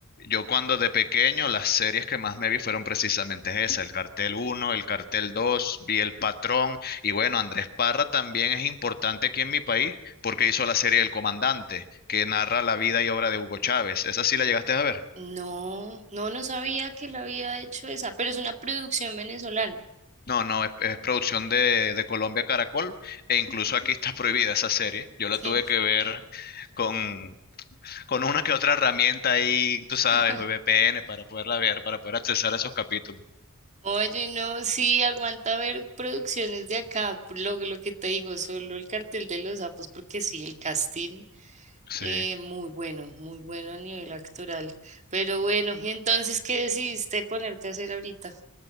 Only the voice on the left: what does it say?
yo cuando de pequeño las series que más me vi fueron precisamente esa, el Cartel Uno el Cartel Dos vi El Patrón y bueno, Andrés Parra también es importante aquí en mi país porque hizo la serie El Comandante, que narra la vida y obra de Hugo Chávez. ¿Esa sí la llegaste a ver?
No, no, es, es producción de, de Colombia Caracol e incluso aquí está prohibida esa serie. Yo la
tuve que ver con, con una que otra herramienta ahí, tú sabes,
VPN para poderla ver, para poder accesar a esos capítulos.
Sí.